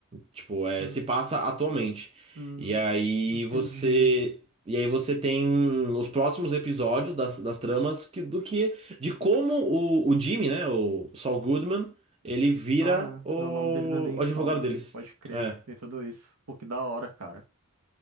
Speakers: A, on the right (about 25°); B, on the right (about 85°).
A: Tipo, é,
B: Hum,
A: se passa atualmente.
B: hum,
A: E aí
B: entendi.
A: você. E aí você tem os próximos episódios das, das tramas que, do que. De como o, o Jimmy, né? O Saul Goodman, ele vira
B: Ah,
A: o,
B: não, o nome dele não é nem
A: o
B: Saul,
A: advogado
B: não.
A: deles.
B: Pode crer,
A: É.
B: tem tudo isso. Pô, que da hora, cara.